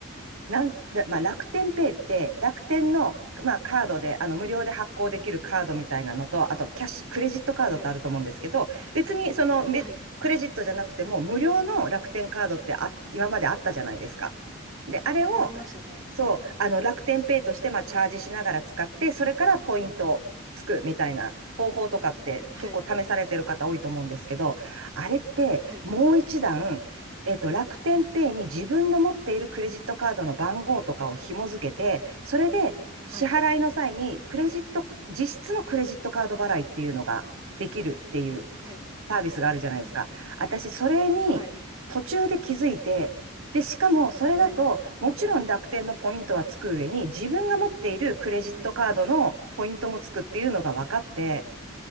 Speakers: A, on the right; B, on the right.
A: なんと、でまあ、楽天ペイって、楽天の、まあ、カードで、あの、無料で発行できるカードみたいなのと、あと、キャッシュ、クレジットカードってあると思うんですけど、
B: はい。
A: 別に、その、めクレジットじゃなくても、
B: はい。
A: 無料の楽天カードってあ、今まであったじゃないですか。で、あれを、
B: ありましたね。
A: そう、あの、楽天ペイとして、まあ、チャージしながら使って、それからポイントをつくみたいな方法とかって結構試されてる方多いと思うんですけど、
B: はい。
A: あれってもう一段、
B: はい。
A: えっと、楽天ペイに自分の持っているクレジットカードの番号とかを紐付けて、それで支払いの際にクレジット、
B: はい。
A: 実質のクレジットカード払いっていうのができるっていう
B: はい。
A: サービスがあるじゃないですか。
B: うんうん。
A: 私、それに途中で気づいて、
B: はい。
A: で、しかもそれだと、
B: はい。
A: もちろん楽天のポイントはつく上に、自分が持っているクレジットカードのポイントもつくっていうのが分かって、
B: はい。